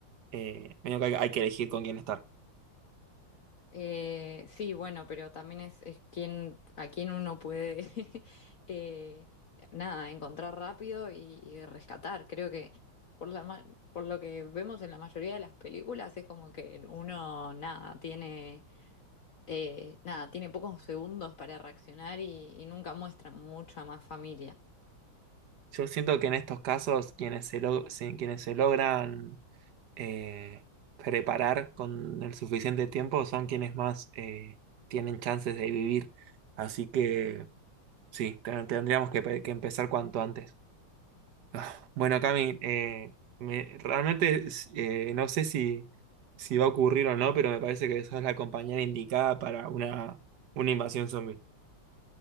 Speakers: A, on the right; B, on the left.
A: eh, medio que hay, hay que elegir con quién estar.
B: Eh, sí, bueno, pero también es, es quien, a quien uno puede <laughs> eh, nada, encontrar rápido y, y rescatar. Creo que por la, ma- por lo que vemos en la mayoría de las películas es como que uno nada, tiene eh, nada, tiene pocos segundos para reaccionar y, y nunca muestra mucha más familia.
A: Yo siento que en estos casos quienes se, lo- se- quienes se logran eh, preparar con el suficiente tiempo son quienes más eh, tienen chances de vivir. Así que sí, te- tendríamos que, pe- que empezar cuanto antes. Ah, Bueno, Cami, eh, me- realmente es- eh, no sé si, si va a ocurrir o no, pero me parece que sos la compañera indicada para una, una invasión zombie.